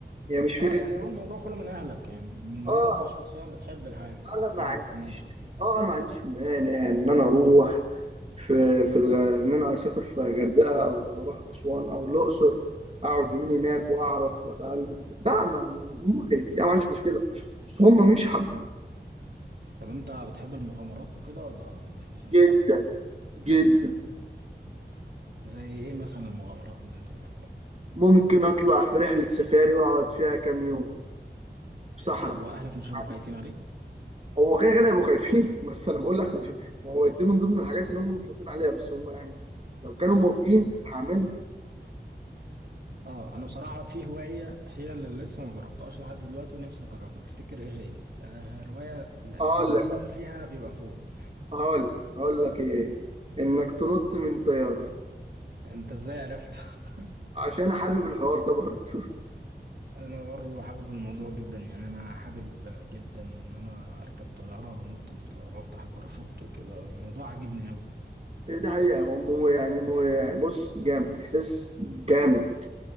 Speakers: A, on the right; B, on the right.
A: هي يعني مش فكره
B: اه يعني هو
A: فلوس
B: الموضوع كله من اهلك يعني انما
A: اه
B: انت شخصيا بتحب الحاجه لكن
A: انا
B: اهلك
A: ما عنديش
B: هم اللي رافضين
A: اه انا ما عنديش مانع ان انا اروح في في الغ... ان انا اسافر في غردقه او اروح اسوان او الاقصر اقعد يومين هناك واعرف واتعلم لا ما ما- هم خايفين انا ما عنديش مشكله بس هم مش حابين
B: طب انت بتحب المغامرات وكده ولا ما بتحبش المغامرات
A: جدا جدا
B: زي ايه مثلا المغامرات اللي انت بتحبها
A: ممكن اطلع في رحله سفاري واقعد فيها كام يوم في صحراء
B: طب واهلك مش هيبقوا
A: يعني
B: خايفين عليك
A: هو كده كده هيبقوا خايفين <laughs> بس انا بقول لك ما هو دي من ضمن الحاجات اللي هم مش واقفين عليها بس هم يعني لو كانوا موافقين هعملها
B: اه انا بصراحه في هوايه هي اللي لسه ما جربتهاش لحد دلوقتي ونفسي اجربها تفتكر ايه هي آه روايه الادرينالين
A: هقول لك
B: فيها بيبقى فوق
A: هقول لك هقول لك ايه انك تنط من طياره
B: انت ازاي عرفت <laughs>
A: عشان حابب الحوار ده برضه <laughs>
B: انا برضه حابب الموضوع جدا يعني انا حابب جدا ان انا اركب طياره وانط من طياره وافتح الباراشوت وكده الموضوع عاجبني قوي
A: إيه ده حقيقه هو مو يعني مو يعني بص جامد احساس جامد